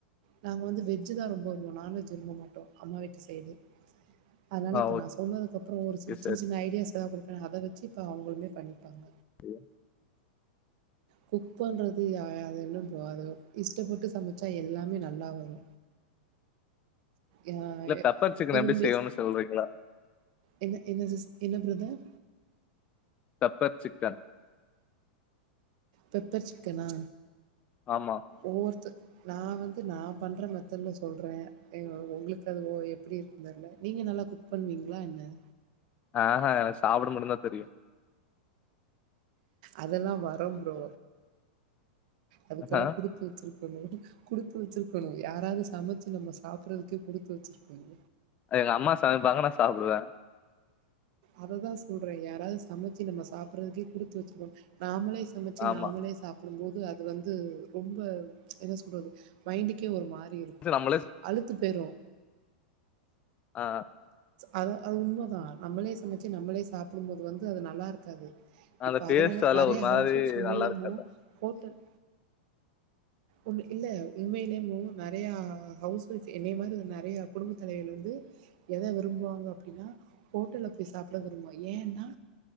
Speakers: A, on the right; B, on the left.
A: நாங்க வந்து வெஜ் தா ரொம்ப விரும்புவோ நான் வெஜ் விரும்ப மாட்டோ அம்மா வீட்டு சைடு அதனால
B: ஆ
A: இப்போ நா சொன்னதுக்கப்புறோ ஒரு
B: ஓகே
A: சி
B: சரி
A: சின்ன சின்ன ஐடியாஸ் எதா கொடுக்குற அத வெச்சு இப்போ அவங்களுமே பண்ணிப்பாங்க
B: <unintelligible>
A: குக் பண்ணுறது யா அது இல்ல ப்ரோ அது இஷ்டப்பட்டு சமைச்சா எல்லாமே நல்லா வரு அ அ
B: இல்ல பெப்பர் சிக்கன்
A: திரும்பி
B: எப்டி செய்வோன்னு சொல்றீங்களா
A: என்ன என்ன சிஸ் என்ன பிரதர்
B: பெப்பர் சிக்கன்
A: பெப்பர் சிக்கனா
B: ஆமா
A: ஒவ்வொருத நா வந்து நா பண்ற மெதட்ல சொல்றே உங்களுக்கு அது ஓ எப்டி இருக்கு தெல்ல நீங்க நல்லா குக் பண்ணுவீங்களா என்ன
B: ஆஹா எனக்கு சாப்பிட மட்டு தா தெரியு
A: அதெல்லா வரு ப்ரோ அதுக்கெல்லா
B: ஆஹா
A: குடு த்து வெச்சிருக்கணு குடுத்து வெச்சிருக்கணு யாராது சமச்சு நம்ம சாப்புடுறதுக்கே குடுத்து வெச்சிருக்கணு
B: எங்க அம்மா சமைப்பாங்க நா சாப்டுவே
A: அததா சொல்றே யாராது சமச்சு நம்ம சாப்புடுறதுக்கே குடுத்து வெச்சிருக்கனு நாமளேச் சமச்சு
B: ஆமா
A: நாமளே சாப் புடும்போது அது வந்து ரொம்ப என்ன சொல்றது மைண்டுக்கே ஒரு மாரி இரு
B: ச நம்மலேச்
A: அழுத்து போய்றுவ
B: ஆ
A: அது அது உண்மதா நம்மளே சமச்சு நம்மளே சாப்புடும் போது வந்து அது நல்லா இருக்காது
B: அந்த
A: இப்ப
B: டேஸ்ட்
A: அதனால
B: அதெல்லா
A: நெறைய
B: ஒரு மாரி
A: ஹவுஸ்ஸ்வுமே
B: நல்லா
A: நெ
B: இருக்காதா
A: போ ஹோட்டல் உண் இல்ல உண்மையில ப்ரோ நறைய ஹவுஸ் ஓயப் என்னைய மாரி நெறைய குடும்ப தலைவிகள் வந்து எத விரும்புவாங்க அப்டின்னா ஹோட்டல்ல போய் சாப்புட விரும்புவோ ஏன்னா